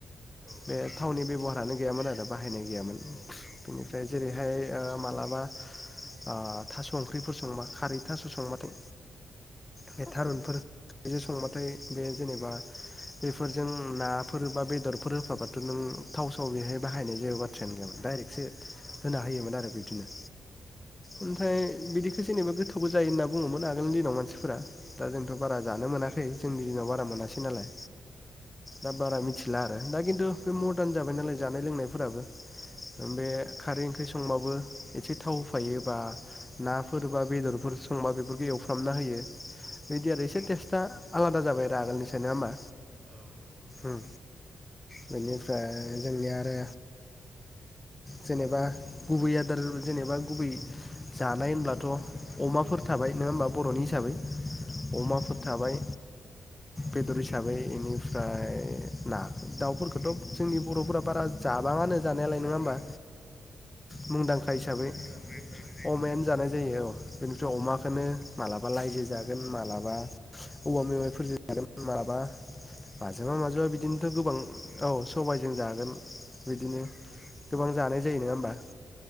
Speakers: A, on the right; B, on the left.
A: औ
B: बे थावनि बेब'हार लानो गैयामोन आरो। बाहायनाय गैयामोन बेनि
A: औ
B: ओमफ्राय जेरैहाय ओ मालाबा अ थास' ओंख्रिफोर संबा खारै थास' संबाथाय बे थारुनफोर खारैजों संबा नाथाय बे
A: औ
B: जेनेबा बेफोरजों नाफोर बा बेदरफोर होफाबाथ' नों थाव साव बेहाय बाहायनाय जेबो बाथ्रायानो गैयामोन डाइरेक्सो
A: औ
B: होना होयोमोन आरो बिदिनो।
A: औ
B: ओमफ्राय बिदिखौ जेनेबा गोथावबो जायो होनना बुङोमोन आगोलनि दिनाव मानसिफोरा दा जोंथ' बारा जानो मोनाखै जोंनि दिनाव बारा मोनासै नालाय दा बारा मिथिला आरो दा खिन्थु बे मर्दान जाबाय नालाय जानाय लोंनायफोराबो बे
A: औ
B: खारै ओंख्रि संबाबो एसे थाव होफायोबा नाफोर बा बेदरफोर संबा बेफोरखौ एवफ्रामना होयो बिदि आरो एसे टेस्टआ आलादा जाबाय आरो आगोलनिफ्राय नङा होमबा
A: औ नंगौ नोंथां
B: उम बेनिफ्राय जोंनिया आरो जेनेबा गुबै आदार जेनेबा गुबै जानाय होनब्लाथ' अमाफोर थाबाय नङा होमबा बर'नि हिसाबै अमाफोर थाबाय
A: औ
B: बेदर हिसाबै इनिफ्राय ना दाउफोरखौथ' जोंनि बर'फोरा बारा जाबाङानो जानायालाय नङा होमबा? मुंदांखा
A: बांसिन
B: हिसाबै
A: अमायानो जा जायो नालाय।
B: अमायानो जानाय जायो औ बेनिफ्राय अमाखौनो मालाबा लाइजो जागोन मालाबा औवा मेवाइफोरजों जागोन मालाबा माजोंबा माजोंबा
A: सबायजों
B: बिदिनोथ' गोबां
A: जागोन
B: औ सबायजों जा गोन। बिदिनो
A: औ
B: गोबां जानाय जायो नङा होमबा?